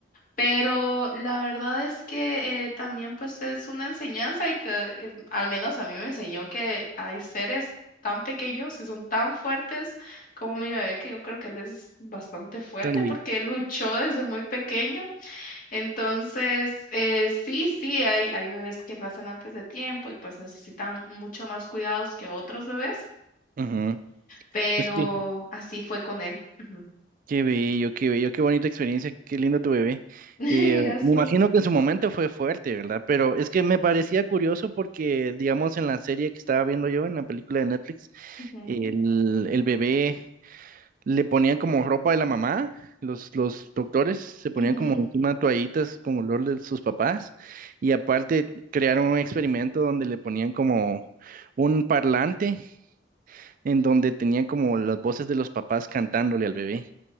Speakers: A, on the left; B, on the right.
A: pero la verdad es que eh, también pues es una enseñanza y te- eh, al menos a mí me enseñó que hay seres tan pequeños y son tan fuertes como mi bebé, que yo creo que él es bastante fuerte
B: tan
A: porque él luchó desde muy pequeño. Entonces, eh, sí, sí, hay, hay bebés que nacen antes de tiempo y pues necesitan mucho más cuidados que otros bebés,
B: Ujú.
A: pero
B: Es que
A: así fue con él. Ujú.
B: qué bello, qué bello, qué bonita experiencia, qué lindo tu bebé.
A: <laughs>
B: Eh,
A: Gracias.
B: me imagino que en su momento fue fuerte, ¿verdad? Pero es que me parecía curioso porque, digamos, en la serie que estaba viendo yo, en la película de Netflix,
A: Ujú,
B: el, el bebé le ponían como ropa de la mamá, los, los doctores se ponían
A: ujú.
B: como encima toallitas con olor de sus papás y aparte crearon un experimento donde le ponían como un parlante en donde tenían como las voces de los papás cantándole al bebé.